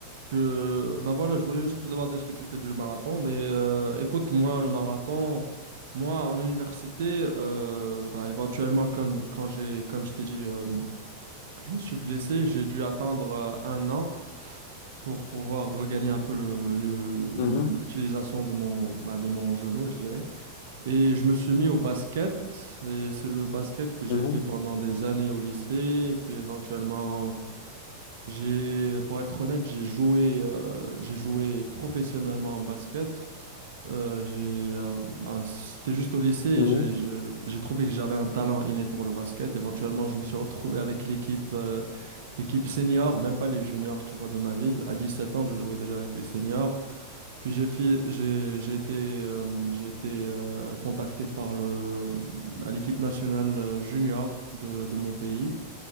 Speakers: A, on the right; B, on the left.
A: tu- ben voilà, je voulais juste te demander ce que tu fais du marathon, mais euh, écoute, moi, le marathon, moi, en université, euh, bah, éventuellement, comme, quand j'ai, comme je t'ai dit, euh, je me suis blessé, j'ai dû attendre euh, un an pour pouvoir regagner un peu le, le-
B: Mhm,
A: l'utilisation de mon, bah, de mon genou, je dirais. Et je me suis mis au basket, et c'est le basket que j'ai
B: mhm,
A: fait pendant des années au lycée, et puis éventuellement, j'ai, pour être honnête, j'ai joué, euh, j'ai joué professionnellement en basket euh, j'ai, euh, bah, c'était juste au lycée, et
B: mhm.
A: j'ai je- j'ai trouvé que j'avais un talent inné pour le basket. Éventuellement, je me suis retrouvé avec l'équipe euh, l'équipe senior, même pas les juniors, tu vois, de ma ville. À 17 ans, je jouais déjà avec les seniors. Puis j'ai fi- j'ai j'ai été euh, j'ai été euh, contacté par le à l'équipe nationale euh, junior de, de mon pays